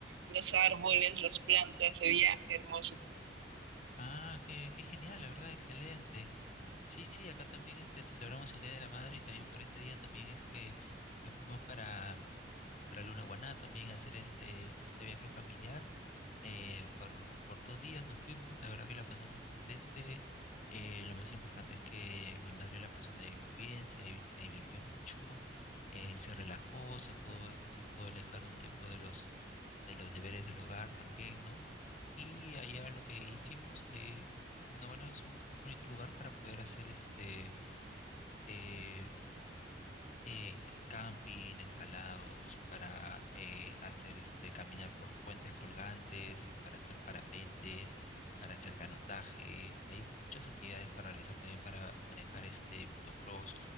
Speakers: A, on the right; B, on the left.
A: los árboles, las plantas, se veía hermoso.
B: Ah, qué, qué genial, la verdad, excelente. Sí, sí, acá también este, celebramos el Día de la Madre y también por este día también es que nos fuimos para para Luna Guaná también a hacer este, este viaje familiar. Eh, por, por dos días nos fuimos, la verdad que la pasamos excelente. Eh, lo más importante es que mi madre la pasó también muy bien, se, di- se divirtió mucho, eh, se relajó, se pudo, se pudo alejar un tiempo de los, de los deberes del hogar también, ¿no? Y allá lo que hicimos, eh, Luna Guaná es un muy bonito lugar para poder hacer este, eh, eh, camping, escalados, para eh, hacer este, caminar por puentes colgantes, para hacer parapentes, para hacer canotaje. Hay muchas actividades para realizar también para manejar este motocross